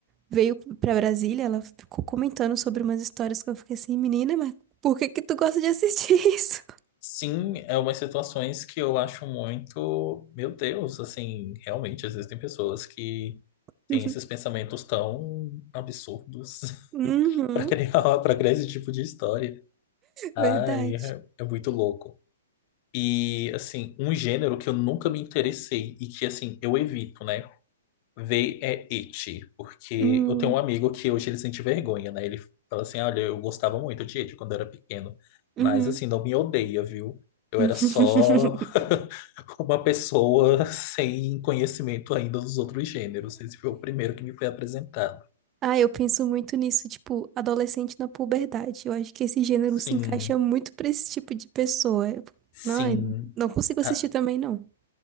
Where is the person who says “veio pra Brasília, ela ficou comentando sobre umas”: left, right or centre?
Right